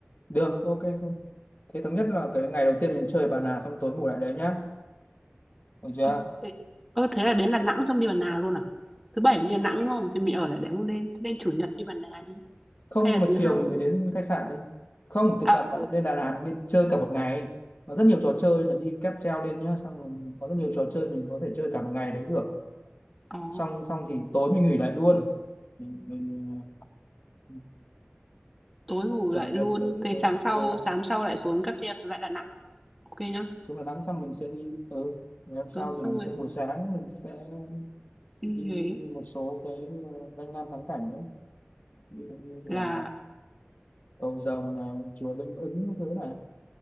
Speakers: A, on the left; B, in the centre.
A: được ok thôi thế thống nhất là cái ngày đầu tiên mình chơi Bà Nà xong tối ngủ lại đấy nhá được chưa
B: Ơ, ê, ơ thế là đến Đà Nẵng xong đi Bà Nà luôn à? Thứ bảy mình đi Đà Nẵng đúng không? Thì mình ở lại đấy một đêm, thế nên chủ nhật đi Bà Nà đi.
A: không
B: Hay là
A: nhưng
B: thứ
A: mà chiều
B: hai
A: mình
B: thì...
A: mới đến khách sạn đi không thực
B: À,
A: tập
B: ờ,
A: bạn lên Đà Lạt mình đi chơi cả một ngày nó rất nhiều trò chơi là đi cáp treo lên nhá xong rồi có rất nhiều trò chơi mình có thể chơi cả một ngày đấy được
B: ồ,
A: xong xong thì tối mình nghỉ lại luôn mình, mình ờ,
B: tối ngủ
A: trải
B: lại
A: nghiệm
B: luôn,
A: tới
B: thì
A: tới
B: sáng sau,
A: ờ,
B: sáng sau lại xuống cáp treo xuống lại Đà Nẵng. Ok nhá.
A: xuống Đà Nẵng xong mình sẽ đi ừ. ngày hôm sau
B: Ừ, xong
A: thì mình
B: rồi
A: sẽ buổi sáng mình sẽ
B: đi
A: đi
B: Huế
A: một số cái ờ, danh lam thắng cảnh ví dụ như
B: là
A: là cầu dầu này chùa Linh Ứng cái thứ này